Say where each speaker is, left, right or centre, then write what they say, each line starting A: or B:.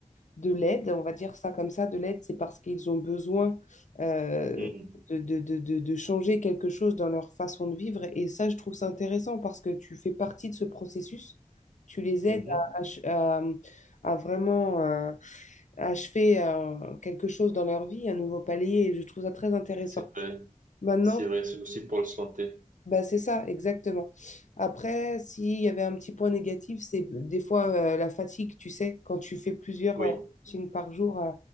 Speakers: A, on the left (about 65°); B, on the right (about 80°).
A: de l'aide, on va dire ça comme ça, de l'aide, c'est parce qu'ils ont besoin euh,
B: Mhm.
A: de, de, de- de changer quelque chose dans leur façon de vivre. Et ça, je trouve ça intéressant parce que tu fais partie de ce processus. Tu les aides
B: Mhm.
A: à, ach- à- à vraiment euh, achever euh, quelque chose dans leur vie, un nouveau palier. Et je trouve ça très intéressant.
B: C'est vrai,
A: Maintenant,
B: c'est vrai, c'est aussi pour la santé.
A: bah, c'est ça, exactement. Après, s'il y avait un petit point négatif, c'est des fois euh, la fatigue, tu sais, quand tu fais plusieurs
B: Oui,
A: euh, coachings par jour, euh,